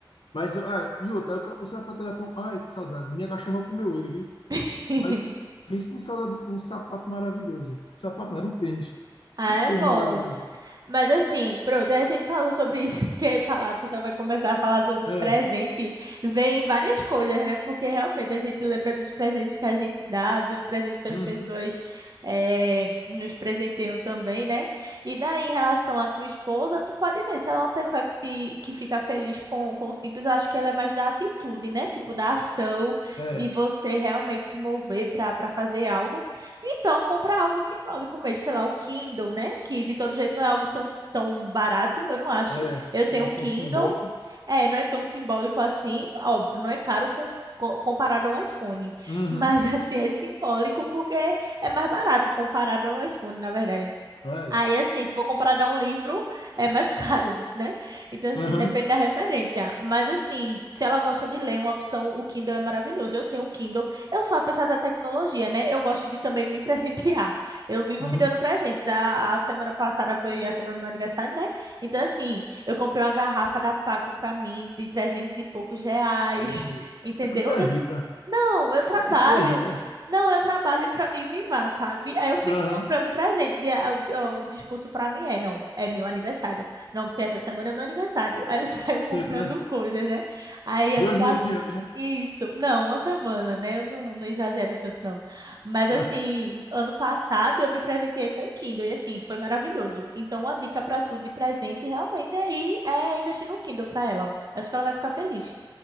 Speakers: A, on the left; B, on the right.
A: Mas, olha, e outra, o ca- o sapato era tão. Ai, que saudade. Minha cachorra comeu ele, viu?
B: <laughs>
A: Mas tu pensa num saudade, num sapato maravilhoso. Sapato não, era um tênis.
B: Ah,
A: Que
B: é
A: tênis
B: bom.
A: maravilhoso.
B: Mas assim, pronto, aí a gente falou sobre isso, <laughs> porque falar, a pessoa vai começar a falar sobre
A: É.
B: presente, vem várias coisas, né? Porque realmente a gente lembra dos presentes que a gente dá, dos presentes que as
A: Uhum.
B: pessoas eh, nos presenteiam também, né? E daí, em relação à tua esposa, tu pode ver, se ela é uma pessoa que, se, que fica feliz com, com o simples, eu acho que ela é mais da atitude, né? Tipo, da ação,
A: É,
B: de você realmente se mover para para fazer algo. Então, compra algo simbólico mesmo, sei lá, o Kindle, né? Que de todo jeito não é algo tão, tão barato, eu não acho.
A: é,
B: Eu tenho
A: é
B: um
A: tão
B: Kindle,
A: simbólico.
B: é, não é tão simbólico assim, óbvio, não é caro com- co- comparado a um iPhone,
A: Uhum,
B: mas <laughs> assim, é simbólico porque é mais barato comparado ao iPhone, na verdade.
A: é,
B: Aí, assim, se for comprar dar um livro, é mais <laughs> caro, né? Então, assim,
A: uhum,
B: depende da referência. Mas, assim, se ela gosta de ler, uma opção, o Kindle é maravilhoso. Eu tenho um Kindle. Eu sou a pessoa da tecnologia, né? Eu gosto de também me <laughs> presentear. Eu vivo
A: uhum.
B: me dando presentes. A, a semana passada foi a semana do meu aniversário, né? Então, assim, eu comprei uma garrafa da Paco pra mim de 300 e poucos reais,
A: Aí,
B: <laughs> entendeu?
A: é porque tu é
B: Eu-
A: rica,
B: não, eu trabalho.
A: é porque tu é rica.
B: Não, eu trabalho pra me mimar, sabe? Aí eu fico
A: Uhum,
B: comprando presentes e a- o, o discurso pra mim é, não, é meu aniversário. Não, porque essa semana é meu aniversário. Aí eu <laughs>
A: sempre,
B: saio comprando
A: né?
B: coisas, né? Aí ano
A: Dois
B: passado.
A: meses antes, né?
B: Isso, não, uma semana, né? Eu não, não exagero tanto, não. Mas assim,
A: Ah,
B: ano passado eu me presenteei com o Kindle e assim, foi maravilhoso. Então, uma dica pra tu de presente realmente aí é investir no Kindle pra ela. Acho que ela vai ficar feliz.